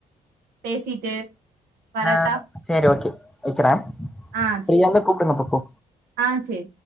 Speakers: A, on the right; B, in the centre.
A: பேசிட்டு வரட்டா
B: ஆ சரி ஓகே வைக்கிற
A: ஆ
B: ஃப்ரீயா
A: சேரி
B: இருந்த கூப்பிடுங்க அப்பப்போ
A: ஆ சேரி